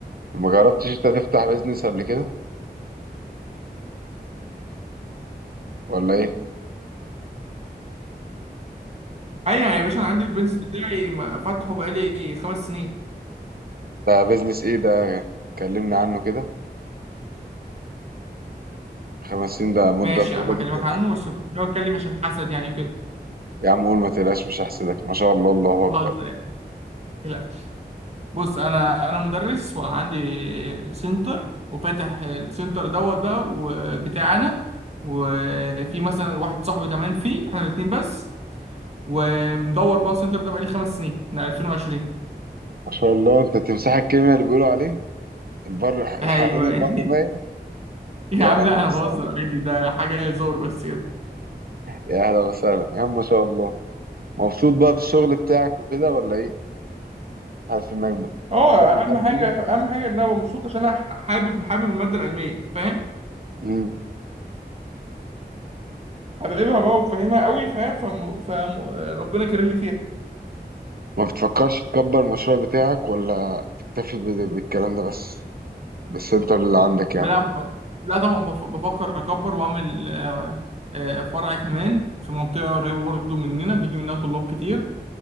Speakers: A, on the right; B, on the right.
A: ما جربتش أنت تفتح بيزنس قبل كده ولا إيه؟
B: ايوه يا باشا انا عندي البيزنس بتاعي ما- فاتحه بقالي خمس سنين
A: ده بيزنس إيه ده؟ كلمني عنه كده خمس سنين ده مدة
B: ماشي
A: طويلة
B: يا عم اكلمك
A: جدا
B: عنه
A: يعني
B: بس كنت ناوي اتكلم عشان حسد يعني كده
A: يا عم قول ما تقلقش مش هحسدك ما شاء الله الله أكبر
B: بهزر يعني متقلقش بص انا انا مدرس وعندي سنتر وفاتح السنتر دوت بقى وبتاعنا وفي مثلا واحد صاحبي كمان فيه احنا الاتنين بس ومدور بقى السنتر ده بقالي خمس سنين من 2020
A: ما شاء الله أنت تمساح الكيمياء اللي بيقولوا عليه البر
B: ايوه
A: الحيوان البر
B: <laughs>
A: ميت
B: يا
A: يا
B: عم
A: أهلا
B: لا انا
A: وسهلا
B: بهزر عادي ده حاجه هزار بس كده
A: يا أهلا وسهلا يا عم ما شاء الله مبسوط بقى في الشغل بتاعك وكده ولا إيه؟ حاسس إنك بت-
B: اه
A: بتعمل
B: اهم
A: حاجة
B: حاجه اهم حاجه ان انا أبقى مبسوط عشان انا حابب حابب الماده العلميه فاهم
A: جديدة؟
B: حاببها بقى وفاهمها قوي فاهم فم... فم... ربنا كرمني فيها
A: ما بتفكرش تكبر المشروع بتاعك ولا تكتفي بال- بالكلام ده بس بالسنتر اللي عندك يعني
B: لا لا طبعا بف- بفكر اكبر واعمل آه، آه، فرع كمان في منطقه قريبه برضو مننا بيجي منها طلاب كتير